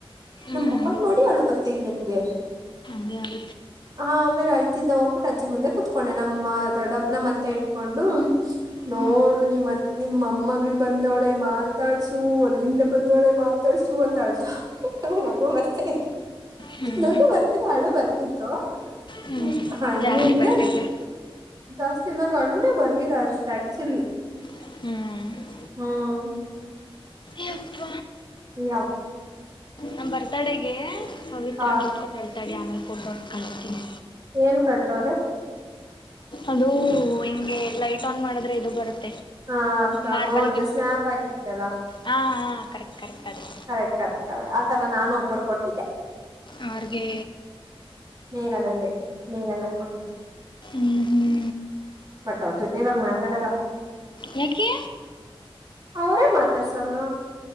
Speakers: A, on the left; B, on the right.
A: ಹ್ಮ್
B: ನಮ್ಮ ಅಪ್ಪನ ನೋಡಿ ಅವಳು ಬರ್ತಿದ್ ನಿನ್ಗೆ
A: ಅದ
B: ಹಾ ಆಮೇಲೆ ಅಳ್ತಿದ್ದ ಹೋಗ್ಬಿಟ್ಟು ಅಜ್ಜಗ್ ಮುಂದೆ ಕುೂತ್ಕೊಂಡೆ ನಮ್ಮ ದೊಡ್ಡ ನಮ್ಮ್ತ್ತ ಇಟ್ಕೊಂಡು ನೋಡು
A: ಹ್ಮ್
B: ನಿಮ್ತ್ ನಿಮ್ಮ ಅಮ್ಮಗ್ ಬಂದವಳೆ ಮಾತಾಡ್ಸು ಅಲ್ಲಿಂದ ಬಂದವಳೆ ಮಾತಾಡ್ಸು ಅ ಚಳ್ತ ಹ ನಗ ಬರ್ತ
A: ಹ್ಮ್
B: ನಗು ಬರ್ತಿ ಹಡುು ವರ್ತಿೀತ್ತು
A: ಹ್ಮ್
B: ್ಮ ಹ
A: ಜಾಸ್ತಿ
B: ಇನ
A: ಬರ್ತಿರ್ಲಿ
B: ದಷ್ಟತಿ ನಂಗಗೆ ಅಳೂನ ಬರ್ಲಿಲ್ಲ ಅಷ್ಟು ಆಕ್ಚುಲಿ
A: ಹ್ಮ್
B: ಹ್ಮ್
A: ಯಪ್ಪ
B: ಇತ
A: ನ ಬರ್ತಾಡೆಗೆ ಸವತ್ರಾ
B: ಹಾ
A: ಗೀತ್ ಕೊತು ತಡಿ ಆಮೇಲೆ ಫೋಟೋ ಒಡೆದು ಕಳಿಸುತೀನಿ
B: ಏನ್ ಕಟ್ಟೋಳೆ.
A: ಅದು ಹಿಂಗೆ ಲೈಟ್ ಆನ್ ಮಾಡಿದ್ರೆ ಇದು ಬರುತ್ತೆ.
B: ಹಾ ಅಕ್ಕ
A: ಮಾರ್ಬಲ್
B: ನೋಡ್ದೆ
A: ಗಿಫ್ಟ್
B: ಸ್ನ್ಯಾಪ್ ಹಾಕಿದ್ದಲ್ಲ
A: ಹಾ ಹಾ ಕರೆಕ್ಟ್ ಕರೆಕ್ಟ್ ಅದೇ
B: ಕರೆಕ್ಟ್ ಕರೆಕ್ಟ್ ಆತರ ನಾನು ಒಬ್ಬರು ಕೊಟ್ಟ. ಈಗ
A: ಅವರಗೆ
B: <unintelligible> <inaudible>
A: ಹ್ಮ್ ಹ್ಮ್
B: ಬಟ್ ಅವ್ರ ಜೊತೆ ಇವಾಗ ಮಾತಾಡಲ್ಲ.
A: ಯಾಕೆ
B: ಅವರೇ ಮಾತಾಡ್ಸಲ್ಲ